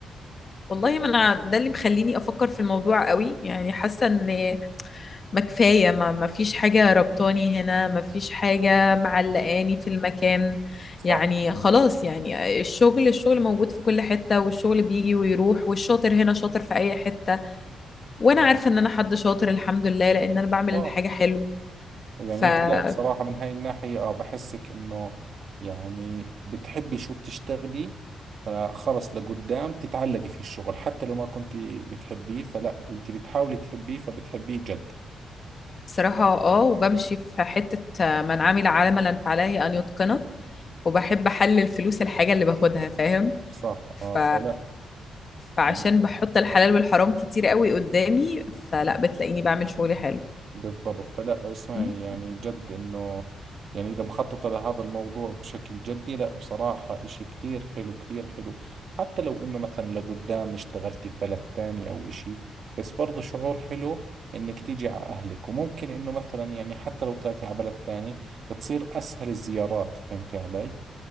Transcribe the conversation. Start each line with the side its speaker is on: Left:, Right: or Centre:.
Left: والله ما أنا ده اللي مخليني أفكر في الموضوع قوي يعني حاسة إن ما كفاية ما ما فيش حاجة ربطاني هنا ما فيش حاجة معلقاني في المكان
Right: صح
Left: يعني خلاص يعني الشغل الشغل موجود في كل حتة والشغل بيجي ويروح والشاطر هنا شاطر في أي حتة وأنا
Right: آه
Left: عارفة إن أنا حد شاطر الحمد لله لأن أنا بعمل
Right: آه
Left: الحاجة حلو
Right: يعني
Left: فصراحة
Right: انت لا بصراحة من هاي الناحية اه بحسك انه يعني بتحبي شو بتشتغلي فخلص لقدام تتعلقي في الشغل حتى لو ما كنت بتحبيه فلا انت بتحاولي تحبيه فبتحبيه جد
Left: اه وبمشي في حتة من عمل عملا فعليه أن يتقنه وبحب أحلل فلوس الحاجة اللي باخدها فاهم
Right: صح
Left: ف...
Right: اه فلا
Left: فعشان
Right: يعني
Left: بحط الحلال والحرام كتير قوي قدامي فلا بتلاقيني بعمل شغلي حلو
Right: بالضبط فلا اسمعي
Left: مم.
Right: يعني جد انه يعني اذا مخططة لهذا الموضوع بشكل جدي لا بصراحة اشي كثير حلو كثير حلو حتى لو انه مثلا لقدام اشتغلتي في بلد ثاني او اشي بس برضو شعور حلو انك تيجي على اهلك وممكن انه مثلا يعني حتى لو طلعتي على بلد ثاني بتصير اسهل الزيارات فهمتي علي؟